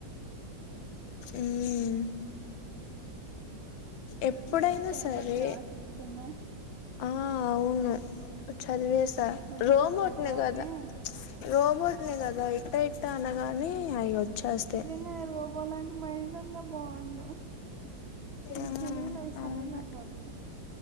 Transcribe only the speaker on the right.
ఏంటి పేపర్సా
తిప్పుతున్నావు?
పెద్ద
చదివేద్దామనే
నే రోబోలాంటి మైండ్ ఉన్నా బాగుండు ఈ
చదువులు అవి సదవలేక పోతున్నాం.